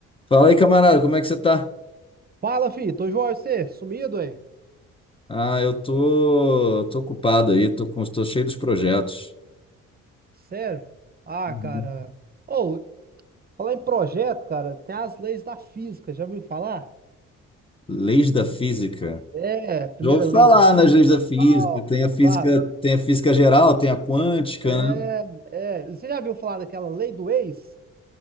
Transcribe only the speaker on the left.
Fala aí, camarada, como é que você tá?
Ah, eu tô, tô ocupado aí, tô com, tô cheio dos projetos.
Uhum.
Leis da física.
Já ouvi
falar
nas leis da física.
Tem a física,
tem a física geral, tem a quântica,
né?